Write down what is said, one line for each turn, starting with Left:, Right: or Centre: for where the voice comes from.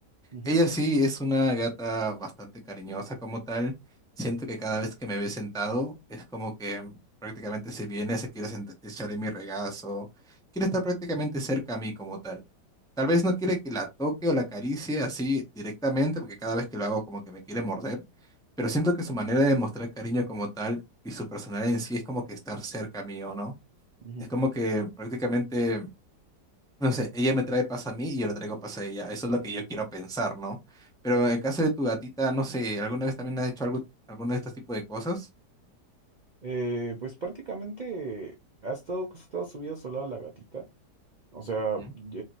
Right: ujú,
Centre: Ella sí es una gata bastante cariñosa como tal. Siento que cada vez que me ve sentado es como que prácticamente se viene, se quiere sent- echar en mi regazo, quiere estar prácticamente cerca a mí como tal. Tal vez no quiere que la toque o la acaricie así directamente, porque cada vez que lo hago como que me quiere morder, pero siento que su manera de mostrar cariño como tal y su personalidad en sí es como que estar cerca mío, ¿no?
Right: ujú.
Centre: Es como que prácticamente... No sé, ella me trae paz a mí y yo le traigo paz a ella. Eso es lo que yo quiero pensar, ¿no? Pero en caso de tu gatita, no sé, ¿alguna vez también has hecho algo, alguno de estos tipos de cosas?
Right: Eh, pues prácticamente ha estado, pues, ha estado subida sola la gatita. O sea,
Centre: Ujú.
Right: eh,